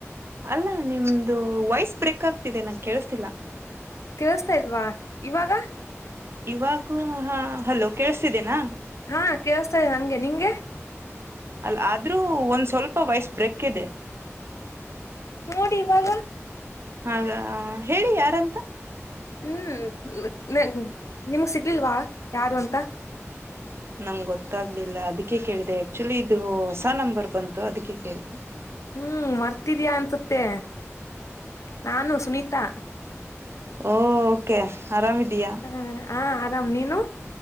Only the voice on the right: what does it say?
ಅಲ್ಲ ನಿಮ್ದು ವಯಸ್ ಬ್ರೇಕ್ ಆಗ್ತಿದೆ ನಂಗೆ ಕೇಳ್ತಿಲ್ಲ
ಇವಾಗ ಹ ಹಲೋ ಕೇಳಿಸತಿದೇನಾ
ಅಲ್ಲ ಆದ್ರೂ ಒಂದ್ ಸ್ವಲ್ಪ ವಯಸ್ಸ ಬ್ರಕ್ ಇದೆ
ಹಾಗ ಹೇಳಿ ಯಾರಂತ
ನಂಗೆ ಗೊತ್ತಾಗ್ಲಿಲ್ಲ ಅದಕ್ಕೆ ಕೇಳಿದೆ ಆಕ್ಚುಲಿ ಇದು ಹೊಸ ನಂಬರ್ ಬಂತು ಅದಕ್ಕೆ ಕೇಳಿದೆ
ಓ ಕೆ ಆರಾಮಿದ್ಯಾ